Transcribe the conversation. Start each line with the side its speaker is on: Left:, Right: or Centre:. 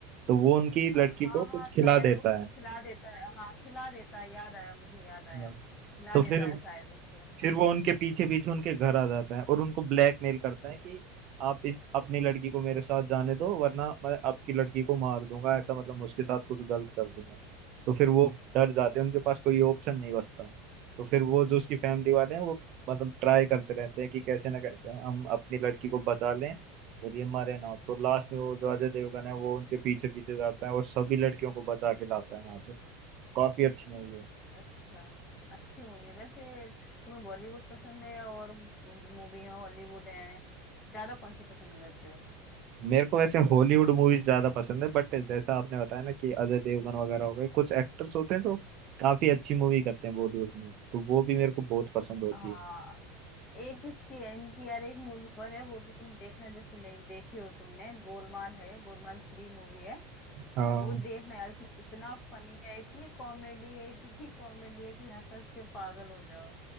Right: तो वो उनकी
Left: हाँ
Right: लड़की को कुछ
Left: हाँ शायद
Right: खिला देता
Left: वो कुछ
Right: है
Left: खिला देता है हाँ खिला देता है याद आया मुझे याद आया
Right: हाँ।
Left: खिला
Right: तो
Left: देता
Right: फिर
Left: है शायद उसको हाँ
Right: फिर वो उनके पीछे पीछे उनके घर आ जाता है और उनको ब्लैकमेल करता है कि आप इस अपनी लड़की को मेरे साथ जाने दो वरना मैं आपकी लड़की को मार दूंगा ऐसा मतलब मैं उसके साथ कुछ गलत कर दूंगा तो फिर वो डर जाते हैं उनके पास कोई ऑप्शन नहीं बचता तो फिर वो जो उसकी फैमिली वाले हैं वो मतलब ट्राई करते रहते हैं कि कैसे ना कैसे हम अपनी लड़की को बचा लें और ये मरे ना तो लास्ट में वो जो अजय देवगन है वो उनके पीछे पीछे जाता है और सभी लड़कियों को बचा के लाता है यहाँ से काफी अच्छी मूवी है
Left: अच्छा अच्छी मूवी है वैसे तुम्हें बॉलीवुड पसंद है और मूवी है हॉलीवुड है ज्यादा कौन सी पसंद करते हो
Right: मेरे को वैसे हॉलीवुड मूवीज ज्यादा पसंद है बट जैसा आपने बताया ना कि अजय देवगन वगैरह हो गए कुछ एक्टर्स होते हैं जो काफी अच्छी मूवी करते हैं बॉलीवुड में तो वो भी मेरे को बहुत पसंद होती
Left: हाँ
Right: है
Left: एक किसकी है इनकी यार एक मूवी और है वो भी तुम देखना जैसे नहीं देखी हो तुमने गोलमाल है गोलमाल थ्री मूवी है तो
Right: हाँ
Left: वो देखना यार इसमें इतना फनी है इतनी कॉमेडी है इतनी कॉमेडी है कि हंस हंस के पागल हो जाओ